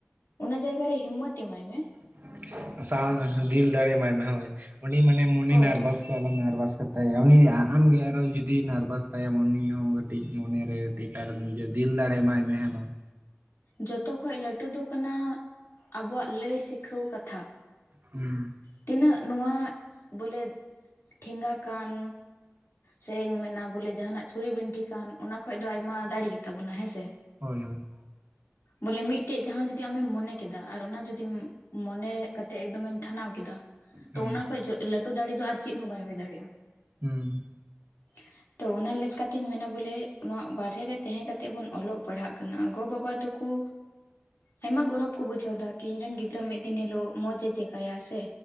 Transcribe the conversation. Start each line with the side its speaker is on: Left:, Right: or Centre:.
Left: ᱚᱱᱟ ᱡᱟᱭᱜᱟ ᱨᱮ ᱦᱤᱢᱚᱛ ᱮᱢᱟᱭ ᱢᱮᱼᱼ
Right: <unintelligible> ᱫᱤᱞ ᱫᱟᱲᱮ ᱢᱟᱭ ᱢᱮ ᱦᱳᱭ ᱩᱱᱤ ᱢᱟᱱᱮ ᱢᱚᱱᱮ
Left: ᱦᱳᱭ
Right: ᱱᱟᱨᱵᱷᱟᱥ ᱟᱞᱚᱢ ᱱᱟᱨᱵᱷᱟᱥ ᱠᱟ ᱛᱟᱭᱟᱭᱟ ᱩᱱᱤ ᱟᱢ ᱜᱮ ᱟᱨᱚ ᱡᱩᱫᱤ ᱱᱟᱨᱵᱷᱟᱥ ᱛᱟᱭ ᱩᱱᱤ ᱦᱚᱸᱼᱼ ᱠᱟᱹᱴᱤᱡ ᱢᱚᱱᱮ ᱨᱮ ᱴᱩᱭᱮᱴᱟᱨ ᱨᱮ ᱵᱩᱡᱷᱟᱹᱼᱟ ᱫᱤᱞ ᱫᱟᱲᱮᱭ ᱢᱟᱭ ᱢᱮ ᱦᱮᱸ ᱵᱟᱝ
Left: ᱡᱚᱛᱚ ᱠᱷᱚᱡ ᱞᱟᱹᱴᱩ ᱫᱚ ᱠᱟᱱᱟ ᱟᱵᱚᱣᱟᱜ ᱞᱟᱹᱭ ᱥᱤᱠᱷᱟᱹᱣ ᱠᱟᱛᱮ
Right: ᱦᱩᱸ
Left: ᱛᱤᱱᱟᱹᱜ ᱱᱚᱣᱟ ᱵᱚᱞᱮ ᱴᱷᱮᱸᱜᱟ ᱠᱟᱱ ᱥᱮᱧ ᱢᱮᱱᱟ ᱵᱚᱞᱮ ᱡᱟᱦᱟᱱᱟᱜ ᱪᱷᱩᱨᱤ ᱵᱤᱱᱴᱷᱤ ᱠᱟᱱ ᱚᱱᱟ ᱠᱷᱚᱡ ᱫᱚ ᱟᱭᱢᱟ ᱫᱟᱲᱮᱜ ᱜᱮᱛᱟ ᱵᱚᱱᱟ ᱦᱮᱸ ᱥᱮ
Right: ᱦᱳᱭ ᱦᱳᱭ
Left: ᱵᱚᱞᱮ ᱢᱤᱫᱴᱮᱡ ᱡᱟᱦᱟᱸ ᱡᱚᱫᱤ ᱟᱢᱮᱢ ᱢᱚᱱᱮ ᱠᱮᱫᱟ ᱟᱨ ᱚᱱᱟ ᱡᱚᱫᱤᱢ ᱢᱚᱱᱮ ᱨᱮ <unintelligible> ᱴᱮ ᱮᱠᱫᱚᱢᱮᱢ ᱴᱷᱟᱱᱟᱣ ᱠᱮᱫᱟ ᱛᱚ
Right: ᱦᱮᱸ
Left: ᱚᱱᱟ ᱠᱷᱚᱡ ᱡᱚ ᱞᱟᱹᱴᱩ ᱫᱟᱲᱮ ᱫᱚ ᱟᱨ ᱪᱮᱫ ᱦᱚᱸ ᱵᱟᱭ ᱦᱩᱭ ᱫᱟᱲᱮᱭᱟᱜ-ᱟ᱾
Right: ᱦᱩᱸ᱾
Left: <inaudible> ᱛᱚ ᱚᱱᱟ ᱞᱮᱠᱟ ᱛᱤᱧ ᱢᱮᱱᱟ ᱵᱚᱞᱮ ᱱᱚᱣᱟ ᱵᱟᱨᱦᱮ ᱨᱮ ᱛᱮᱦᱮᱸ ᱠᱟᱛᱮᱜ ᱵᱚᱱ ᱚᱞᱚᱜ ᱯᱟᱲᱦᱟᱜ ᱠᱟᱱᱟ ᱜᱚ ᱵᱟᱵᱟᱼᱼ ᱛᱚ ᱠᱩᱼᱼ ᱟᱭᱢᱟ ᱜᱚᱨᱚᱵᱽ ᱠᱚ ᱵᱩᱡᱷᱟᱹᱣ ᱫᱟ ᱠᱤ ᱤᱧ ᱨᱮᱱ ᱜᱤᱫᱽᱨᱟᱹ ᱢᱤᱫ ᱫᱤᱱ ᱦᱤᱞᱳᱜ ᱢᱚᱸᱡᱮ ᱪᱮᱠᱟᱭᱟ ᱥᱮ᱾